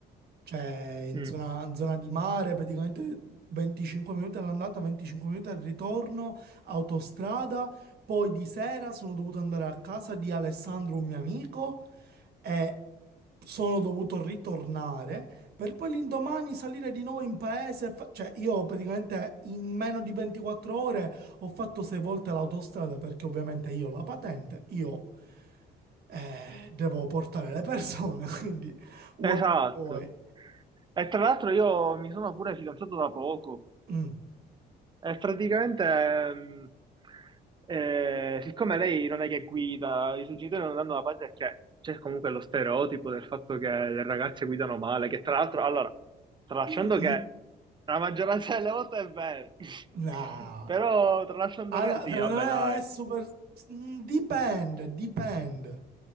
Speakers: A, on the right (about 65°); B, on the right (about 25°).
A: Cioè, in
B: Mm.
A: zona, in zona di mare, praticamente 25 minuti all'andata, 25 minuti al ritorno, autostrada. Poi di sera sono dovuto andare a casa di Alessandro, un mio amico, e sono dovuto ritornare per poi l'indomani salire di nuovo in paese. e fa- Cioè, io praticamente in meno di 24 ore ho fatto sei volte l'autostrada perché ovviamente io ho la patente, io eh, devo portare le persone, <laughs> quindi vuoi
B: Esatto.
A: non vuoi.
B: E tra l'altro io mi sono pure fidanzato da poco.
A: Mm,
B: E praticamente, ehm, eh, siccome lei non è che guida, i suoi genitori non danno la parte perché c'è comunque lo stereotipo del fatto che le ragazze guidano male, che tra l'altro, allora, tralasciando
A: mm, mm,
B: che la maggioranza delle volte è vero, <laughs>
A: no.
B: però tralasciando
A: Alla-
B: que- sì,
A: secondo
B: vabbè,
A: me
B: dai,
A: è super... mm, Dipende, dipende,